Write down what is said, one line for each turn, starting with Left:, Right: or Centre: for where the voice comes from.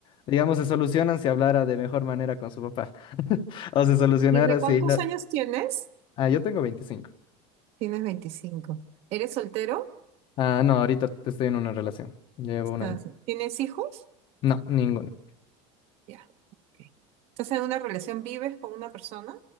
Left: digamos, se solucionan si hablara de mejor manera con su papá. <laughs> O se solucionara
Right: Dime,
Left: si...
Right: ¿cuántos
Left: no-
Right: años tienes?
Left: Ah, yo tengo veinticinco
Right: Tienes 25. ¿Eres soltero?
Left: Ah, no, ahorita estoy en una relación. Llevo
Right: Estás,
Left: un año.
Right: ¿Tienes hijos?
Left: No, ninguno.
Right: ya. ok. ¿Estás en una relación? ¿Vives con una persona?